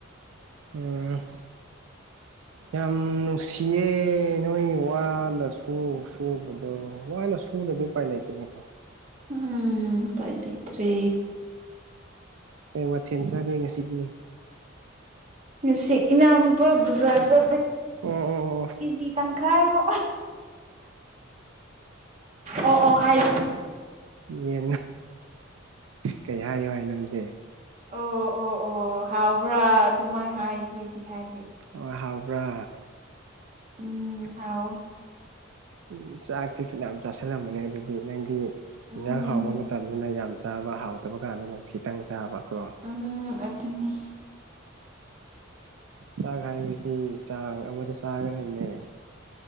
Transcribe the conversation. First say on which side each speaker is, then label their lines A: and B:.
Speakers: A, on the right; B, on the right.
A: ꯎꯝ
B: <inaudible>
A: ꯌꯥꯝ ꯅꯨꯡꯁꯤꯌꯦ ꯅꯣꯏ ꯋꯥꯅ ꯁꯨꯔ ꯁꯨꯕꯗꯣ ꯋꯥꯅ ꯁꯨꯔꯨꯔꯗꯤ ꯄꯥꯏ ꯂꯩꯇꯦꯅꯀꯣ
B: ꯎꯝ ꯀꯥꯏ ꯇꯇꯦ
A: ꯀꯩ ꯃꯊꯦꯜ ꯆꯥꯒꯦ ꯉꯁꯤꯗꯤ
B: ꯉꯁꯤ ꯏꯅꯥꯅ ꯄꯥꯕꯗ ꯆ
A: ꯑꯣ ꯑꯣ ꯑꯣ
B: ꯀꯦꯖꯤ ꯇꯪꯈꯥꯏꯃꯨꯛ ꯑꯣ ꯑꯣ ꯍꯥꯏꯒꯅꯨ
A: ꯌꯦ ꯀꯩ ꯍꯥꯏꯌꯨ ꯍꯥꯏꯅꯗꯤꯦ
B: ꯑꯣ ꯑꯣ ꯑꯣ ꯍꯥꯎꯕ꯭ꯔꯥ ꯑꯗꯨꯃꯥꯏꯅ ꯍꯥꯏꯒꯦꯗꯤ ꯍꯥꯏꯗꯤ
A: ꯍꯣꯏ ꯍꯥꯎꯕ꯭ꯔꯥ
B: ꯎꯝ ꯊꯥꯎ
A: ꯎ ꯆꯥꯛꯇꯤ ꯐꯤ ꯌꯥꯝ ꯆꯥꯁꯤꯜꯂꯝꯕꯅꯦ ꯑꯗꯨꯗꯤ ꯅꯪꯗꯤ
B: ꯎꯝ
A: ꯏꯟꯖꯥꯡ ꯍꯥꯎꯕ ꯃꯇꯝꯗꯅ ꯌꯥꯝ ꯆꯥꯕ ꯍꯥꯎꯇꯕ ꯀꯥꯟꯗꯅ ꯈꯤꯇꯪ ꯆꯥꯕꯀꯣ
B: ꯎꯝ ꯑꯗꯨꯅꯤ
A: ꯆꯥꯛ ꯍꯥꯏꯕꯁꯤ ꯆꯥꯡ ꯑꯃꯗ ꯆꯥꯒꯗꯕꯅꯦ